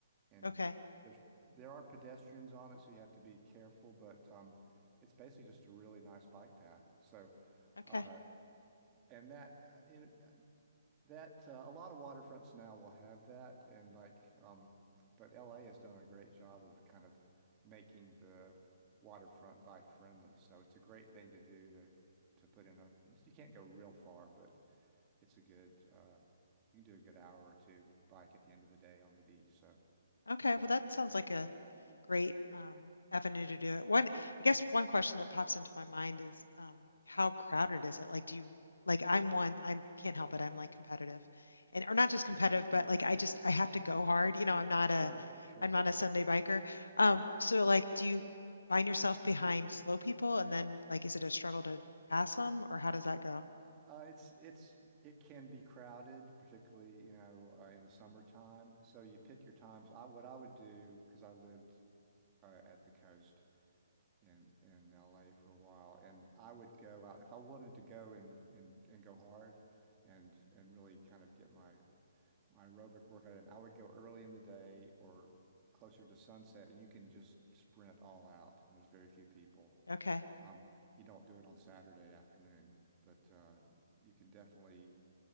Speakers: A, on the right (about 25°); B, on the left (about 80°).
A: and
B: Okay.
A: there's there are pedestrians on it, so you have to be careful. But um, it's basically just a really nice bike path. So,
B: Okay.
A: uh, and that uh, you know, That uh, a lot of waterfronts now will have that, and like, um, but LA has done a great job of kind of making the waterfront bike friendly. So it's a great thing to do to to put in a. You can't go real far, but it's a good. Uh, you can do a good hour or two bike at the end of the day on the beach. So
B: Okay.
A: pretty
B: Well,
A: nice.
B: that sounds like a great um, avenue to do it. One, I guess one question that pops into my mind is um, how crowded is it? Like, do you like I'm one, I can't help it. I'm like competitive and or not just competitive, but like I just I have to go hard. You know, I'm not
A: Sure,
B: a
A: sure.
B: I'm not a Sunday biker. Um, so like do you find yourself behind slow people and then like is it a struggle to pass them or how does that go?
A: Uh, it's it's it can be crowded, particularly you know uh, in the summertime. So you pick your times. I what I would do because I lived uh, at the coast in in LA for a while, and I would go out if I wanted to go and and and go hard, and and really kind of get my my aerobic workout in. I would go early in the day or closer to sunset, and you can just sprint all out, and there's very few people.
B: Okay.
A: Um, you don't do it on Saturday afternoon, but uh, you can definitely